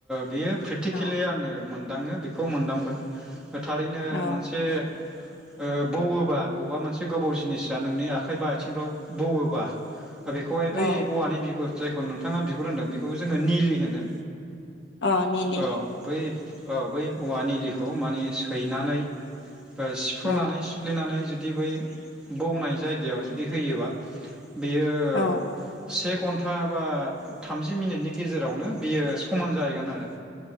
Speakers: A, in the centre; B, on the left.
A: बे प्रेकटिकेलि
B: औ
A: आंनो मोन दाङो बेखौ मोनदांबाय थारैनो
B: औ
A: मोनसे ओ बौवोबा अबेबा मोनसे गोबाव जिनिसा नोंनि आखाइ बा आथिंफ्राव बौवोबा बेखौहाय बै
B: औ
A: औवानि बिगुर जायखौ नोंथाङा बिगुर होनदों बेखौ जोङो निलि होनो
B: अ निलि
A: औ बै औ बै औवाा निलिखौ माने सैनानै ओ फुनानै
B: औ
A: सिफ्लेनानै जुदि जुदि बै बौनाय जायगायाव जुदि होयोबा बेयो
B: औ
A: सेक हा बा थामजि मिनिटनि नि गेजेरावनो बियो समान जाहैगोन आरो